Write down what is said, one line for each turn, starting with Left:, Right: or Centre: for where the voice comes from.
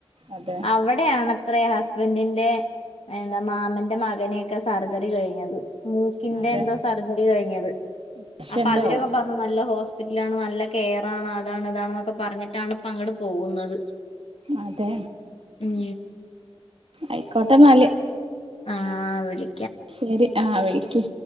Right: അതെ
Left: അവിടെയാണത്രെ ഹസ്ബന്റിന്റെ എന്താ മാമന്റെ മകനെയൊക്കെ സർജറി കഴിഞ്ഞത്. മൂക്കിന്റെ
Right: അതെ
Left: എന്തോ സർജറി കഴിഞ്ഞത്.
Right: പേഷന്റ്
Left: അപ്പൊ അവരൊക്കെ
Right: ആവും
Left: പറഞ്ഞു നല്ല ഹോസ് പിറ്റലാണ് നല്ല കെയറാണ് അതാണ് ഇതാണെന്നൊക്കെ പറഞ്ഞിട്ടാണ് ഇപ്പങ്ങട്‌ പോകുന്നത്.
Right: അതെ
Left: ഉം
Right: ആയിക്കോട്ടെന്നാല്.
Left: ആ വിളി
Right: ശരി ആഹ് വിളിക്ക്.